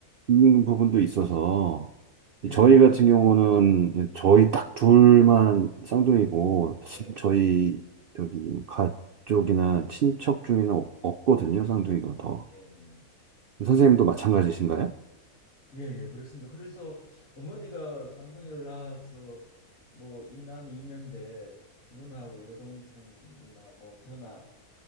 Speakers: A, on the right; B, on the left.
A: 있는 부분도 있어서
B: 예,
A: 저희
B: 그래.
A: 같은 경우는 저희 딱 둘만 쌍둥이고
B: 네,
A: 저희 여기 가족이나 친척 중에는 없- 없거든요. 쌍둥이가 더.
B: 네, 네.
A: 선생님도 마찬가지신가요?
B: 예, 예, 그렇습니다. 그래서 어머니가 쌍둥이를 낳아서 뭐 이남 이년대 누나하고 여동생이나 뭐 저나